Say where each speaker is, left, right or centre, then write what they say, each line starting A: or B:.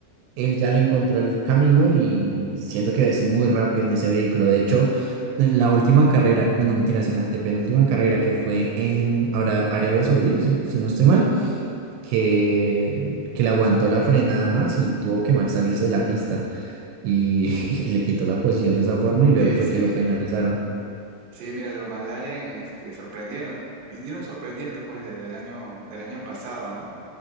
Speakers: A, on the right (about 85°); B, on the right (about 65°).
A: él ya le encontró el camino y siento que es muy rápido en ese vehículo. De hecho, en la última carrera, bueno, mentiras, en la antepenúltima carrera que fue en ahora Arabia Saudí, si si no estoy mal que, que le aguantó la frenada a Max y tuvo que Max salirse de la pista y, <laughs> y le quitó la posición de esa forma y luego
B: Sí,
A: fue
B: sí.
A: que lo penalizaron
B: Sí, mira, los Malaren, este, sorprendieron, vinieron sorprendiendo pues desde el año, del año pasado, ¿no?